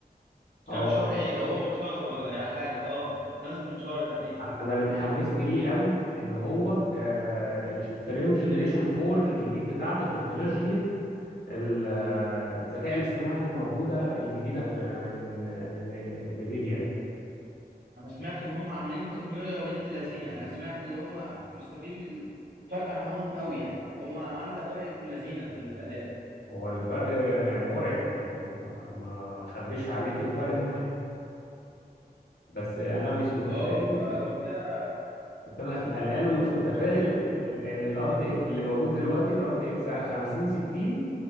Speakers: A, on the left (about 80°); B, on the right (about 85°).
A: اه
B: كام شهر إيه ده هو من شهر ولا يا حاجة أه نازل من شهر تقريبا
A: انا أنا اللي محمسني ليه قوي ان هو آه الفريم جنريشن 4 الجديد بتاعته تكنولوجيا ال- الذكاء الاصطناعي اللي موجودة الجديدة في من من نفيديا
B: أنا سمعت إن هم عاملين تقنية بنت لذينة أنا سمعت إن هم مستفيدين بال- فارقة معاهم قوي يعني هم عاملة فرق ابن لذينة في الأداء
A: هو الفرق مرعب يعني ما ما ما اخبيش عليك الفرق مرعب بس انا مش متفائل
B: أه فلو
A: مش
B: كده
A: بس انا قلقان ومش متفائل
B: مش متفائل
A: ل-
B: ليه؟
A: لان الار تي اكس اللي موجود دلوقتي الار تي اكس 50 60